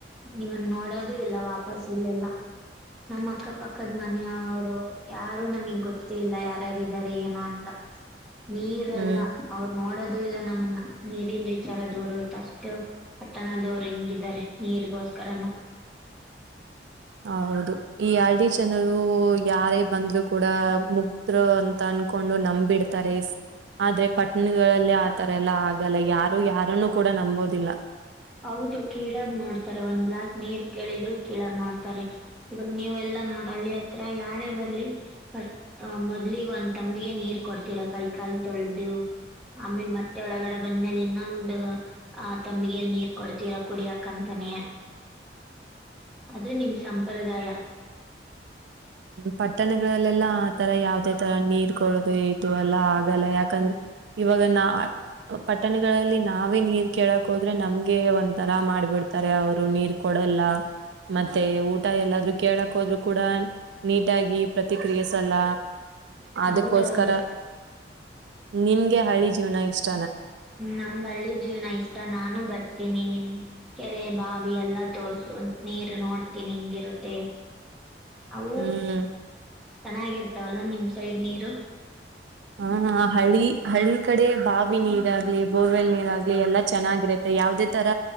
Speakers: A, in the centre; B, on the right.
A: ನಿಮ್ಮನ್ನ ನೋಡೋದು ಇಲ್ಲ ವಾಪಸ್ ಇಲ್ಲೆಲ್ಲ ನಮ್ಮ್ ಅಕ್ಕ ಪಕ್ಕದ ಮನೆಯವರು ಯಾರು ನಮಗ್ ಗೊತ್ತೇ ಇಲ್ಲ ಯಾರ್ಯಾರಾರೆ ಏನೋ ಅಂತ ನೀರ್ಲ್ಲ
B: ಹ್ಮ್
A: ಅವರು ನೋಡದು ಇಲ್ಲ ನೀರಿನ್ ವಿಚಾರ ದೂರು ಆಯ್ತು ಅಷ್ಟು ಪಟ್ಟಣದವರು ಹಿಂಗಾರೆ ನೀರ್ಗೋಸ್ಕರನು
B: ಹೌದು ಈ ಆರ್ ಡಿ ಚನಲ್ ಯಾರೇ ಬಂದ್ರು ಕೂಡ ಮುಗ್ದರು ಅಂತ ಅನ್ಕೊಂಡು ನಂಬಿಡ್ತಾರೆ ಆದ್ರೆ ಪಟ್ಟಣಿಲ್ಲ ಆತರ ಎಲ್ಲ ಆಗಲ್ಲ ಯಾರು ಯಾರನ್ನು ಕೂಡ ನಂಬೋದಿಲ್ಲ
A: ಹೌದು ಕೀಳಾಗ ನೋಡ್ತಾರೆ ಒಂದ್ ಗ್ಲಾಸ್ ನೀರ್ ಕೇಳಿದ್ರು ಕೀಳಾಗ ನೋಡ್ತಾರೆ ಇವಾಗ ನೀವು ಎಲ್ಲಾ ನೋಡ ಹಳ್ಳಿ ಹತ್ರ ಯಾರೇ ಬರ್ಲಿ ಫಸ್ಟ್ ಮೊದ್ಲಿಗೆ ಒಂದ್ ತಂಬಿಗೆ ನೀರ್ ಕೊಡ್ತೀರ ಕೈ ಕಾಲ್ ತೊಳೆದದು ಆಮೇಲೆ ಮತ್ತೆ ಒಳಗಡೆ ಬಂದ್ಮೇಲೆ ಇನ್ನೊಂದು ಆ ತಂಬಿಗೆಲ್ಲಿ ನೀರ್ ಕೊಡ್ತೀರ ಕುಡಿಯಕಂತಾನೆ ಅದು ನಿಮ್ ಸಂಪ್ರದಾಯ
B: ಹ್ಮ ಪಟ್ಟಣಗಳಲ್ಲೆಲ್ಲಾ ರ ಯಾವದೇ ತರ ನೀರ್ ಡೋದು ಇದು ಎಲ್ಲಾ ಯಾಕಂದ್ರೆ ಇವಾಗ ನ ಪಟ್ಟಣಗಳಲ್ಲಿ ನಾವೇ ನೀರ್ ಕೇಳಕ್ ಹೋದ್ರೆ ನಮ್ಗೆ ಒಂಂತರ ಮಾಡ್ಬಿಡ್ತಾರೆ ಅವರು ನೀರ್ ಕೊಡಲ್ಲ ಮತ್ತೆ ಊಟ ಎಲ್ಲಾದ್ರೂ ಕೇಳ ಕೋದ್ರು ಕೂಡ ನೀಟಾಗಿ ಪ್ರತಿಕ್ರಿಯಿಸಲ್ಲ ಅದಕ್ಕೋಸ್ಕರ
A: ಹೌದೌದು
B: ನಿನ್ಗೆ ಹಳಿ ಜೀವನ ಇಷ್ಟ
A: ಹ್ಮ ನಂಗ ಹಳ್ಳಿ ಜೀವ್ನ ಇಷ್ಟ ನಾನು ಬರ್ತೀನಿ ನಿಮ ಕೆರೆ ಬಾವಿ ಎಲ್ಲಾ ತೋರ್ಸು ನೀರು ನೋಡ್ತೀನಿ ಹಿಂಗಿರುತ್ತೆ ಅವು
B: ಹ್ಮ್
A: ಚೆನ್ನಾಗಿರ್ತಾವಲ್ಲ ನಿಮ್ ಸೈಡ್ ನೀರು
B: ಹಾ ಹಳಿ ಹಳಿ ಕಡೆ ಬಾವಿ ನೀರಾಗಗ್ಲಿ ಬೋರ್ವೆಲ್ ನೀ ಎಲ್ಲ ಚೆನ್ನಾಗಿರತ್ತೆ ಯಾವುದೇ ತರ